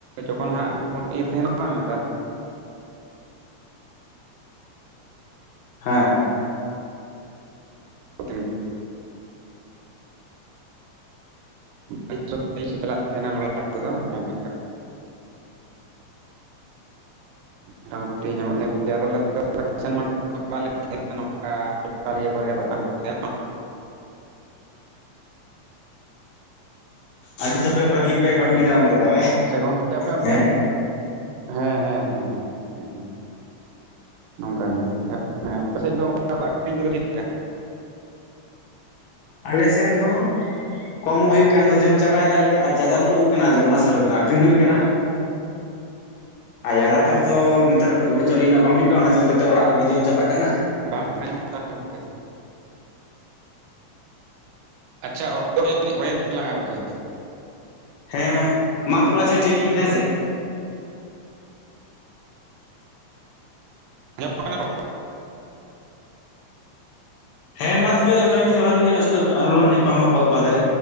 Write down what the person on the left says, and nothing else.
ᱦᱮᱸ
ᱟᱹᱰᱤ ᱛᱯᱮ ᱵᱷᱟᱹᱜᱤ ᱯᱮ ᱠᱟᱹᱢᱤᱭᱮᱫᱟ ᱚᱱᱛᱮ ᱫᱚ
ᱦᱮᱸ
ᱟᱞᱮ ᱥᱮᱱ ᱦᱚᱸ ᱠᱚᱢ ᱧᱚᱜ ᱦᱩᱭᱩᱜ ᱠᱟᱱ ᱫᱚ ᱡᱚᱢ ᱪᱟᱵᱟᱭᱮᱫᱟᱞᱮ ᱟᱨ ᱡᱟᱫᱟ ᱧᱚᱜ ᱦᱩᱭᱩᱜ ᱠᱟᱱᱟ ᱟᱫᱚ ᱚᱱᱟ ᱥᱟᱨ ᱨᱮ ᱫᱚ ᱟᱠᱷᱨᱤᱧ ᱦᱩᱭᱩᱜ ᱠᱟᱱᱟ ᱟᱨ ᱡᱟᱫᱟ ᱛᱟᱨ ᱛᱚ ᱱᱮᱛᱟᱨ ᱫᱚ ᱦᱩᱲᱩ ᱪᱟᱣᱞᱮᱱᱟ ᱵᱟᱝ ᱦᱩᱭᱩᱜᱜ ᱚᱱᱟ ᱪᱚᱞᱛᱮᱚ ᱚᱲᱟᱜ ᱨᱮᱜᱮ ᱡᱚᱢ ᱪᱟᱵᱟᱜ ᱠᱟᱱᱟ
ᱦᱮᱸ ᱢᱟ ᱛᱚᱵᱮ ᱟᱪᱪᱷᱟ ᱴᱷᱤᱠᱜᱮ ᱦᱮᱸᱥᱮ
ᱦᱮᱸ ᱢᱟ ᱛᱚᱵᱮ ᱚᱱᱠᱮ ᱡᱚᱦᱟᱨ ᱜᱮ ᱟᱥᱠᱟᱹ ᱟᱨᱦᱚ ᱞᱟᱝ ᱧᱟᱯᱟᱢᱟ ᱵᱟᱫᱽ ᱨᱮ